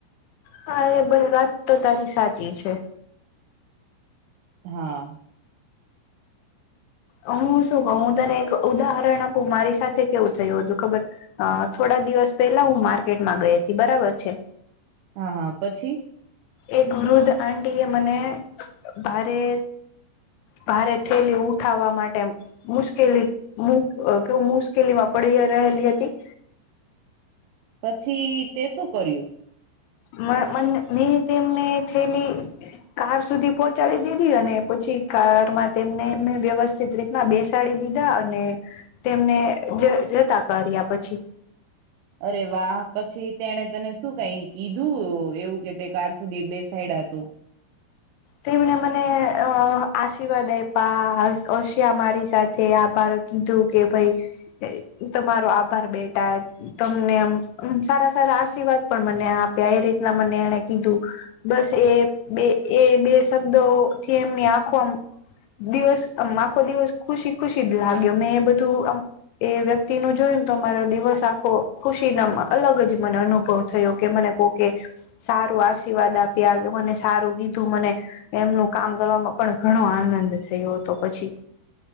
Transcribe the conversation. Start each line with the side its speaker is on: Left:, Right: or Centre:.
Left: હા એ બધી વાત તો તારી સાચી છે.
Right: હા
Left: હું શું કહું હું તને એક ઉદાહરણ આપું મારી સાથે કેવું થયું હતું ખબર અ થોડા દિવસ પેલા હું માર્કેટમાં ગઈ હતી બરાબર છે
Right: હા હા પછી
Left: એક વૃદ્ધ આંટી એ મને ભારે ભારે થેલી ઉઠાવા માટે એમ મુશ્કેલી મુ અ ક મુશ્કેલીમાં પડી અ રેહેલી હતી
Right: પછી તે શું કર્યું?
Left: મ મંન મેં તેમને થેલી કાર સુધી પોંચાડી દીધી અને પછી કારમાં તેમને મેં વ્યવસ્થિત રીત ના બેસાડી દીધા અને તેમને જ જતા કર્યા પછી.
Right: અરે વા પછી તેને તને શું કઈ કીધું એવું કે તે કાર સુધી બેસાયડા તો.
Left: તેમણે મને અપ અ આશીર્વાદ આયપા હશ હશિયા મારી સાથે આભાર કીધું કે ભઈ અ ઈ તમારો આભાર બેટા તમને એમ અમ સારા સારા આશીર્વાદ પણ મને આપ્યા એ રીતના મને એણે કીધું બસ એ બે એ બે શબ્દોથી એમની આખો અમ દિવસ અમ આખો દિવસ ખુશી ખુશી જ લાગ્યો મેં બધું અમ એ વ્યક્તિ નું જોયું તો મારો દિવસ આખો ખુશી નમ અલગ જ મને અનુભવ થયો કે મને કોકે સારું આશીર્વાદ આપ્યા એવું મને સારું કીધું મને એમનું કામ કરવામાં પણ ઘણો આનંદ થયો તો પછી.